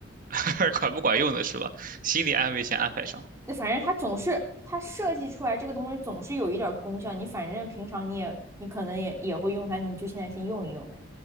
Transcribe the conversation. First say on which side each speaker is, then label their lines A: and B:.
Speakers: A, on the right; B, on the right.
A: <laughs> 管不管用的是吧？心理安慰先安排上。
B: 那反正它总是它设计出来这个东西总是有一点儿功效。你反正平常你也你可能也也会用它，你就现在先用一用呗。